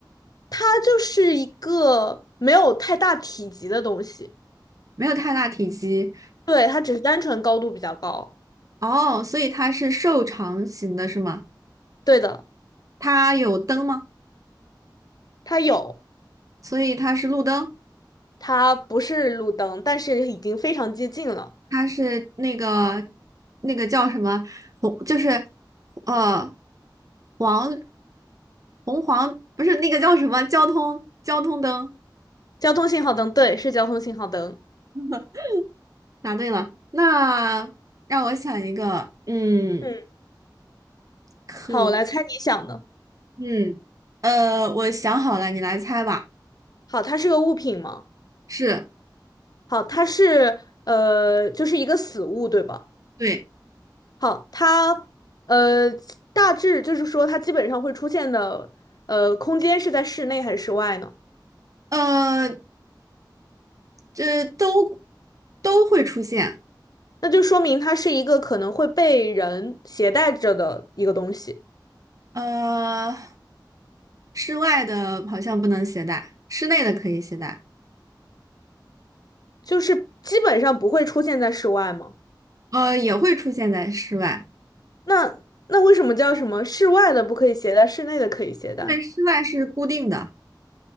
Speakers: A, on the left; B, on the right.
A: 它就是一个没有太大体积的东西，
B: 没有太大体积。
A: 对，它只是单纯高度比较高。
B: 哦，所以它是瘦长型的，是吗？
A: 对的，
B: 它有灯吗？
A: 它有，
B: 所以它是路灯，
A: 它不是路灯，但是已经非常接近了。
B: 它是那个那个叫什么红，就是呃黄红黄，不是那个叫什么交通交通灯。
A: 交通信号灯，对，是交通信号灯。
B: <laughs> 答对了，那让我想一个，嗯，
A: 嗯，
B: 可，
A: 好，我来猜你想的。
B: 嗯，呃，我想好了，你来猜吧。
A: 好，它是个物品吗？
B: 是。
A: 好，它是呃，就是一个死物，对吧？
B: 对，
A: 好，它呃，大致就是说，它基本上会出现的呃，空间是在室内还是室外呢？
B: 呃，这都都会出现。
A: 那就说明它是一个可能会被人携带着的一个东西，
B: 呃，室外的好像不能携带，室内的可以携带。
A: 就是基本上不会出现在室外吗？
B: 呃，也会出现在室外，
A: 那那为什么叫什么室外的不可以携带，室内的可以携带？
B: 对，室外是固定的。